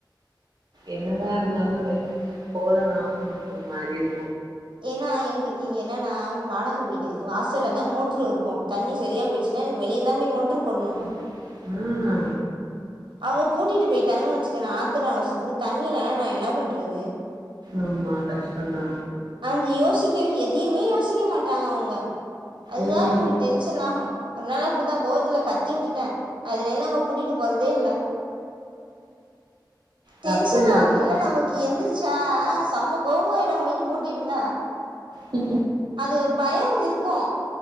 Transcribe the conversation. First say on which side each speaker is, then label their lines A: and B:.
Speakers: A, on the right (about 60°); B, on the right (about 80°).
A: என்னதா இருந்தாலு வெளிய போலனாலு நமக்கு ஒரு மாரியு
B: ஏனா எங்து இங்க என்னன்னா வாடக வீடு வாசல்ல தா மோட்ரு இருக்கு தண்ணி தெரியா போயிட்ச்சுன்னா எனக்கு வெளியதா போய் மோட்ரு போட்ணு
A: வீட்ல ஆ
B: அவுங்க பூட்டிட்டு போய்ட்டாங்ன் வெச்சுங்க ஆத்ர அவசரத்துக்கு தண்ணி வேணு என்னா பண்றது
A: ஆமா கஷ்டந்தா
B: அந்த <unintelligible> எதையுமே யோசிக்க மாட்டாங்க அவுங்க அதுதா
A: ம்
B: நமக்கு டென்ஷன் ஆகு ஒரு நாள் அப்டிதா கோவத்துல கத்தி உட்டுட்டே அதுலருந்து அவுங்க பூட்டிட்டு போறதே இல்ல
A: தப்பில்ல
B: டென்ஷன் ஆகும்ல
A: அது
B: நமக்கு எந்திரி ச்சா செம்ம கோவ வரு வீட்ட பூட்டிருந்தா
A: ே
B: அது ஒரு பயம் இருக்கு